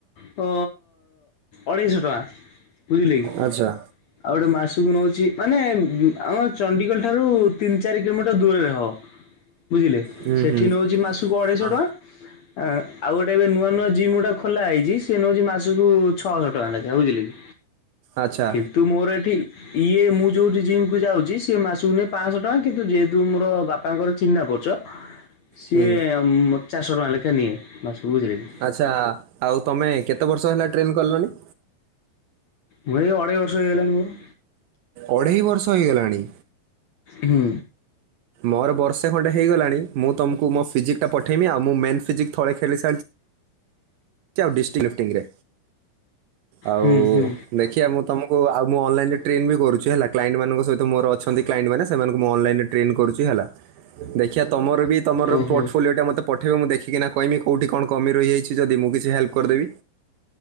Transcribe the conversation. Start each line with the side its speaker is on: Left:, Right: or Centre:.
Left: ତ ଅଢ଼େଇଶହ ଟଙ୍କା। ବୁଝିଲେ କି
Right: ଆଚ୍ଛା।
Left: ଆଉ ଗୋଟେ ମାସକୁ ନଉଛି ମାନେ ଆମର ଚଣ୍ଡିଖୋଲ ଠାରୁ ତିନି ଚାରି କିଲୋମିଟର ଦୂରରେ ହବ। ବୁଝିଲେ
Right: ହୁଁ
Left: ସେଠି
Right: ହୁଁ
Left: ନେଉଛି ମାସକୁ ଅଢେଇଶହ
Right: ହଁ
Left: ଟଙ୍କା। ଆ ଆଉ ଗୋଟେ ଏବେ ନୂଆ ନୂଆ ଜିମ୍ ଗୋଟା ଖୋଲା ହେଇଛି। ସେ ନଉଛି ମାସକୁୁ ଛଅଶହ ଟଙ୍କା ଲେଖା ବୁଝିଲେ କି
Right: ଆଚ୍ଛା
Left: କିନ୍ତୁ ମୋର ଏଠି। ଇଏ ମୁଁ ଯୋଉ ଯି ସିଏ ମାସକୁ ନିଏ ପାଂଶ ଟଙ୍କା କିନ୍ତୁ ଯେହେତୁ ମୋର ବାପାଙ୍କର ଚିହ୍ନା ପରିଚୟ। ସିଏ
Right: ହୁଁ
Left: ଚାରିଶହ ଟଙ୍କା ଲେଖା ନିଏ ମାସକୁ ବୁଝିଲେ କି।
Right: ଆଚ୍ଛା ଆଉ ତମେ କେତେ ବର୍ଷ ହେଲା ଟ୍ରେନ୍ କଲଣି।
Left: ମୁଁ ଏଇ ଅଢେଇ ବର୍ଷ ହେଇଗଲାଣି ମୋର।
Right: ଅଢେଇ ବର୍ଷ ହେଇଗଲାଣି।
Left: ହୁଁ।
Right: ମୋର ବର୍ଷେ ଖଣ୍ଡେ ହେଇଗଲାଣି ମୁଁ ତମକୁ ମୋ ଫିଜିକ୍ ପଠେଇମି ଆଉଁ ମୁଁ ମେନ୍ ଫିଜିକ୍ ଥରେ ଖେଳି ସାରିଛି। ଅଛି ଆଉ ଡିଷ୍ଟିଙ୍ଗି ଲିପ୍ଟିଙ୍ଗି ରେ ଆଉ।
Left: ହୁଁ ହୁଁ
Right: ଦେଖିବା ମୁଁ ତମକୁ ଆଉ ମୁଁ ଅନଲାଇନରେ ଟ୍ରେନ୍ ବି କରୁଛି ହେଲା କ୍ଲାଇଣ୍ଟ ମାନଙ୍କ ସହିତ ମୋର ଅଛନ୍ତି କ୍ଲାଇଣ୍ଟ ମାନ ସେମାନଙ୍କୁ ମୁଁ ଅନଲାଇନରେ। ଟ୍ରେନ୍ କରୁଛି ହେଲା ଦେଖିବା ତମର। ମେଁବି ତମର
Left: ଓହୋ।
Right: ପୋର୍ଟଫୋଲିଓ ଟ ମତେ ପଠେଇ ମୁଁ ଦେଖି କିନା କହିବି କୋଉଠି କଣ କମି ରହିଯାଇଛି ଯଦ ମୁ କିଛି କିଛି ହେଲ୍ପ କରିଦେବି।